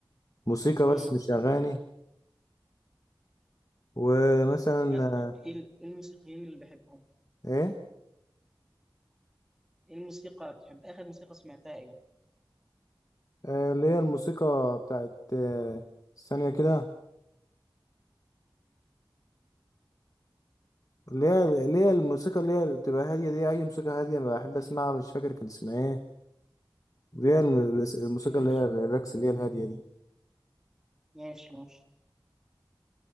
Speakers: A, on the left; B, in the centre.
A: موسيقى
B: مم.
A: بس مش اغاني ومثلا
B: مس...
A: آه،
B: ايه ال- إيه الموسيقيين اللي بحبهم
A: ايه
B: ايه الموسيقى بتحب اخر موسيقى سمعتها ايه
A: آه، اللي هي الموسيقى بتاعت آه، ثانيه كده اللي هي اللي هي الموسيقى اللي هي بتبقى هاديه دي اي موسيقى هاديه بحب اسمعها مش فاكر كان اسمها ايه اللي هي الم- الموسيقى
B: ماشي
A: اللي هي الرقص اللي هي الهاديه دي
B: ماشي ماشي